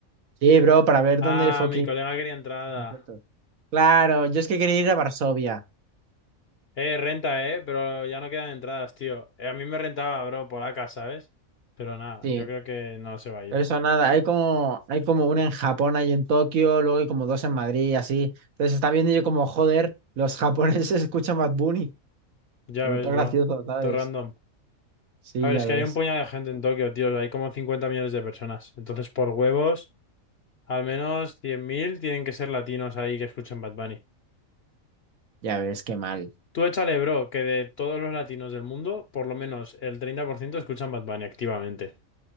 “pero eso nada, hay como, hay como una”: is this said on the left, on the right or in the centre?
Right